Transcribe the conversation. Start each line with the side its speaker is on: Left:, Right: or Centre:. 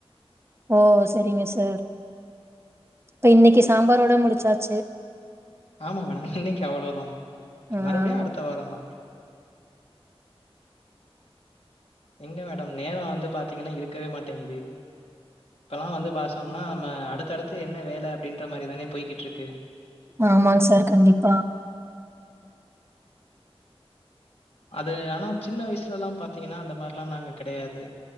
Right: ஓ சேரிங்க சார் இப்ப இன்னிக்கி சாம்பாரோட முடிச்சாச்சு
Left: ஆமா மேடம் இன்னிக்கி அவ்ளோதா
Right: ஆ
Left: மறுபிடியு அடுத்த வார தா எங்க மேடம் நேரோ வந்து பாத்தீங்கன்னா இருக்கவே மாட்டேங்குது இப்பல்லா வந்து பாசொம்னா நம்ம அடுத்தடுத்து என்ன வேல அப்டின்ற மாரி தானே போய்கிட்ருக்கு
Right: ஆமாங் சார் கண்டிப்பா
Left: அது ஆனா சின்ன வயசுலல பாத்தீங்கனா அந்த மாரில நாங்க கெடயாது